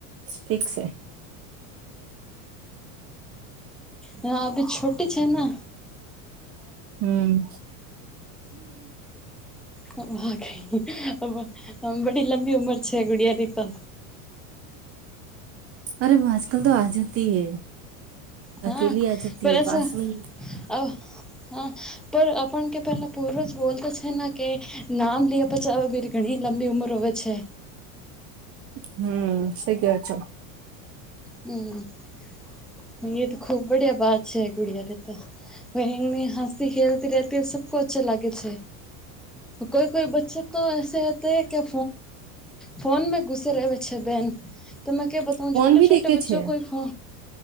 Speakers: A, on the right; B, in the centre.
A: ફિક્સ
B: હા, અભી છોટી છે ને
A: હમ્મ.
B: હમ્મ, આ ગઈ લંબી ઉમર છે ગુડિયાની તો.
A: અરે હા, આજ કલ તો આ જતી હે.
B: હા,
A: અકેલી આ જતી
B: પેલું
A: હે પાસ
B: છે
A: મે
B: અ હા, પણ આપણ કે પેલા પૂર્વજ બોલતા છે ને કે નામ લેય પછી બી ઘણી લંબી ઉંમર હોય છે.
A: હમ્મ, સહી કહો છો.
B: હમ્મ, એ તો ખુબ બડિયા બાત છે ગુડયા તો. એની હસતી ખેલતી રેતી સબકો અચ્છા લાગે છે. કોઈ-કોઈ બચ્ચે તો એસે હોતે હે કી ફોન મે ઘુસે રહતે હૈ બેન તો મેં કેમ બધાને
A: ફોન
B: છૂટે-છૂટ
A: ભી દેખે
B: બચ્ચો
A: છે
B: કો,